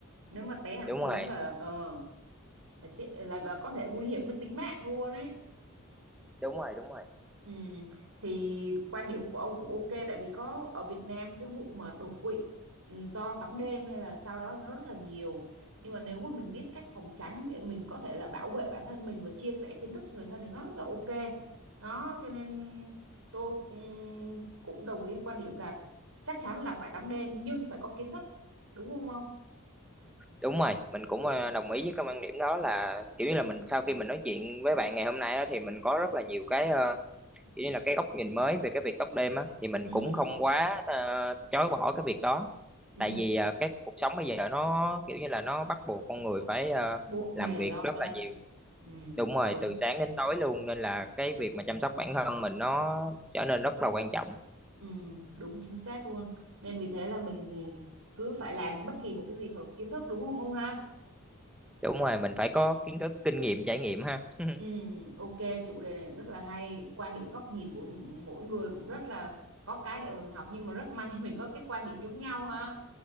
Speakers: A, on the right (about 75°); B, in the centre.
A: nếu mà té hẳn
B: đúng
A: xuống
B: rồi
A: là ờ là, chết, là là có thể nguy hiểm đến tính mạng luôn ấy
B: đúng rồi đúng rồi
A: ừ. thì quan điểm của ông cũng ok tại vì có ở Việt Nam cái vụ mà đột quỵ ừ, do tắm đêm hay là sau đó nó rất là nhiều nhưng mà nếu mà mình biết cách phòng tránh để mình có thể là bảo vệ bản thân mình và chia sẻ kiến thức cho người thân thì nó rất là ok đó cho nên tôi ừm, cũng đồng ý quan điểm là chắc chắn là phải tắm đêm nhưng phải có kiến thức đúng không ông
B: Đúng rồi, mình cũng ờ, đồng ý với cái quan điểm đó là kiểu như là mình sau khi mình nói chuyện với bạn ngày hôm nay á, thì mình có rất là nhiều cái ờ, kiểu như là cái góc nhìn mới về cái việc tóc đêm á thì mình
A: ừ
B: cũng không quá ờ, chối bỏ cái việc đó.
A: ừ
B: Tại vì ờ, cái cuộc sống bây giờ nó kiểu như là nó bắt buộc con người phải ờ,
A: bộn
B: làm
A: bề
B: việc
A: lo
B: rất
A: toan
B: là nhiều.
A: ừ,
B: Đúng rồi,
A: đúng
B: từ sáng đến tối luôn nên là cái việc mà chăm sóc bản thân mình nó trở nên rất là quan trọng.
A: ừ, đúng chính xác luôn nên vì thế là mình cứ phải làm bất kỳ một cái gì phải có kiến thức đúng không ông ha
B: Đúng rồi, mình phải có kiến thức, kinh nghiệm, trải nghiệm ha. <laughs>
A: ừ, ok chủ đề này cũng rất là hay quan điểm góc nhìn của m- mỗi người cũng rất là có cái để mà mình học nhưng mà rất may <laughs> mình có cái quan điểm giống nhau ha